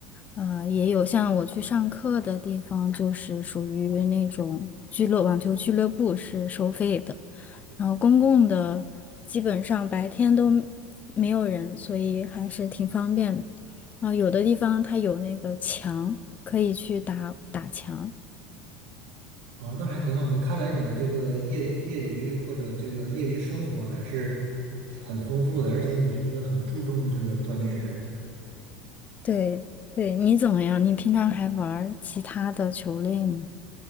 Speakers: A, on the left; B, on the right.
A: 呃，也有像我去上课的地方，就是属于那种俱乐网球俱乐部是收费的，然后公共的基本上白天都没有人，所以还是挺方便的。然后有的地方它有那个墙，可以去打打墙。
B: 哦，那还挺好的。看来你的这个业业余或者这个业余生活还是很丰富的，而且你是一个很注重这个锻炼的人。
A: 对对，你怎么样？你平常还玩儿其他的球类吗？